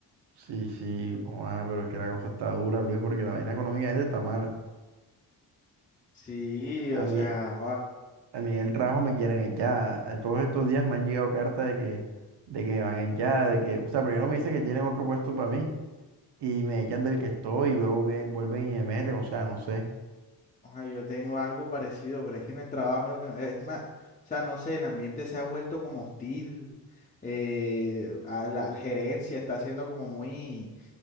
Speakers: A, on the right; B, on the left.
A: Sí, sí, no, ah, pero es que la cosa está dura, Luis, porque la vaina económicamente está mala.
B: Sí,
A: A
B: o
A: mí,
B: sea,
A: a mí en el trabajo me quieren echar. A Todos estos días me han llegado cartas de que, de que me van a echar, de que, o sea, primero me dicen que tienen otro puesto para mí y me echan del que estoy y luego vie- vuelven y me meten, o sea, no sé.
B: Ah, yo tengo algo parecido, pero es que en el trabajo a mí lo que es una, o sea, no sé, el ambiente se ha vuelto como hostil, eh, a la, la gerencia está haciendo como muy,